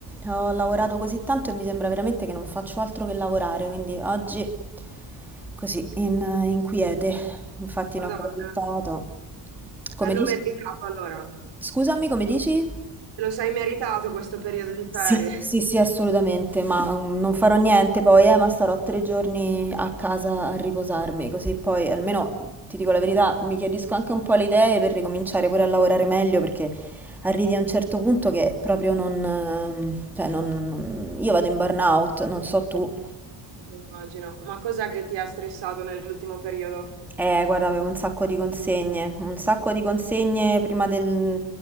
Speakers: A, in the centre; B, on the right.
A: ho lavorato così tanto e mi sembra veramente che non faccio altro che lavorare, quindi oggi così, in, in quiete, infatti
B: Madonna,
A: ne ho approfittato.
B: bello
A: Come dici?
B: meritato allora.
A: Scusami, come dici?
B: Te lo sei meritato questo periodo di ferie,
A: Sì, Sì, sì, assolutamente, ma um, non farò niente poi, eh, ma starò tre giorni a casa a riposarmi, così poi almeno ti dico la verità, mi chiarisco anche un po' le idee per ricominciare pure a lavorare meglio, perché arrivi a un certo punto che proprio non, ehm, cioè non, non- io vado in burnout, non so tu,
B: <laughs> immagino. Ma cos'è che ti ha stressato nell'ultimo periodo?
A: Eh, guarda, avevo un sacco di consegne, un sacco di consegne prima del-